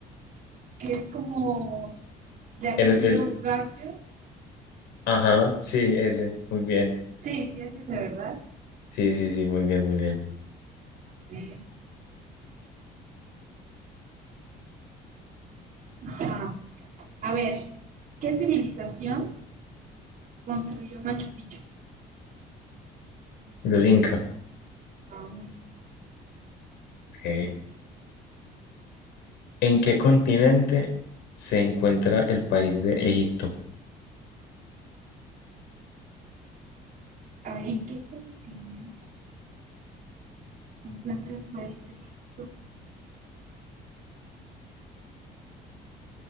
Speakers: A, on the right (about 55°); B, on the left (about 80°).
A: que es como de apellido
B: Él es el,
A: Garfield.
B: ajá, sí, ese, muy bien.
A: Sí, sí, ese es de verdad.
B: Sí, sí, sí, muy bien, muy bien.
A: Eh, Ajá. A ver, ¿qué civilización construyó Machu Picchu?
B: Los Inca.
A: Ah, muy bien. sí.
B: ok. ¿En qué continente se encuentra el país de Egipto?
A: A ver, ¿en qué continente se encuentra el país de Egipto?